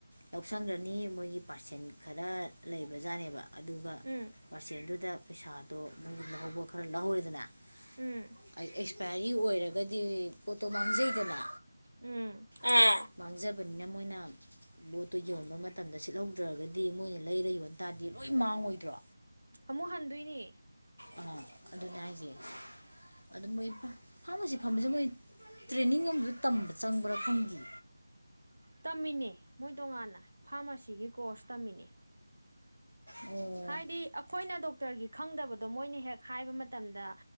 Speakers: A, on the left (about 80°); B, on the right (about 65°).
A: ꯂꯧꯁꯤꯟꯈ꯭ꯔꯅꯤ ꯃꯣꯏꯒꯤ ꯄꯥꯔꯁꯦꯟ ꯈꯔ ꯂꯩꯕꯖꯥꯠꯅꯦꯕ ꯑꯗꯨꯒ
B: ꯎꯝ
A: ꯄꯔꯆꯦꯟꯗꯨꯗ ꯄꯩꯁꯥꯗꯣ ꯃꯣꯏꯒꯤ ꯂꯧꯍꯧꯕ ꯈꯔ ꯂꯧꯍꯧꯔꯦꯗꯅ ꯑꯦꯛꯁꯄꯔꯤ
B: ꯎꯝ
A: ꯑꯣꯏꯔꯒꯗꯤ ꯄꯣꯠꯇꯣ ꯃꯥꯡꯖꯩꯗꯅ
B: ꯎꯝ
A: ꯎꯝ ꯃꯥꯡꯖꯕꯅꯤꯅ ꯃꯣꯏꯅ ꯂꯣꯠꯇꯣ ꯌꯣꯟ ꯃꯇꯝꯗ ꯁꯤꯠꯍꯧꯗ꯭ꯔꯒꯗꯤ ꯃꯣꯏꯅ ꯂꯩꯔ ꯌꯣꯟ ꯇꯥꯗꯤ ꯂꯣꯏ ꯃꯥꯡꯉꯣꯏꯗ꯭ꯔꯣ
B: ꯑꯃꯨꯛ ꯍꯟꯗꯣꯏꯅꯤ
A: ꯑꯥ ꯑꯗꯨꯅꯦ ꯍꯥꯏꯁꯦ ꯑꯗꯨ ꯃꯣꯏ ꯐꯥꯔꯃꯥꯁꯤ ꯐꯝꯕꯁꯦ ꯃꯣꯏ ꯇ꯭ꯔꯦꯅꯤꯡ ꯑꯃꯖꯨ ꯇꯝꯕ ꯆꯪꯕ꯭ꯔꯥ ꯈꯪꯗꯦ
B: ꯇꯝꯃꯤꯅꯦ ꯃꯣꯏ ꯇꯣꯉꯥꯟꯅ ꯐꯥꯔꯃꯥꯁꯤꯒꯤ ꯀꯣꯔꯁ ꯇꯝꯃꯤꯅꯦ
A: ꯑꯣ
B: ꯍꯥꯏꯗꯤ ꯑꯩꯈꯣꯏꯅ ꯗꯣꯛꯇꯔꯒꯤ ꯈꯪꯗꯕꯗꯣ ꯃꯣꯏꯅ ꯍꯦꯛ ꯍꯥꯏꯕ ꯃꯇꯝꯗ